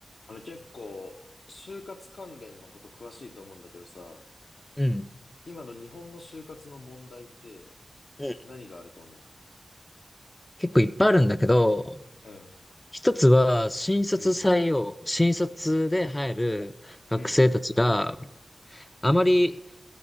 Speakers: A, on the left; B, on the left.
A: あの結構、就活関連のこと詳しいと思うんだけどさ、
B: うん。
A: 今の日本の就活の問題って
B: うん
A: 何があると思
B: 結構いっぱいあるんだけど、
A: ううん、
B: 一つは新卒採用、
A: うん、
B: 新卒で入る学生たちが
A: うん、
B: あまり